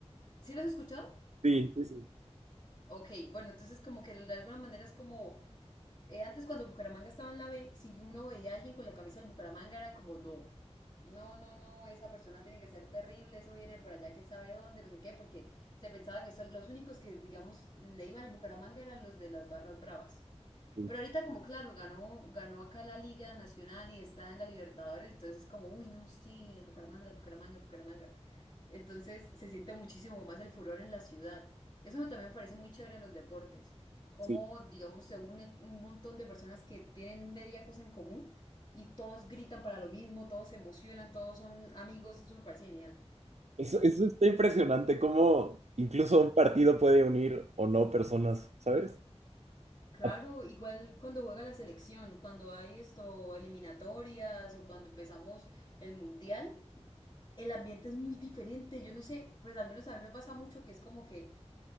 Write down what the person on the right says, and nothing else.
Sí, sí, sí,
sí,
sí.
Eso, eso está impresionante, cómo incluso un partido puede unir o no personas, ¿sabes?
Ah,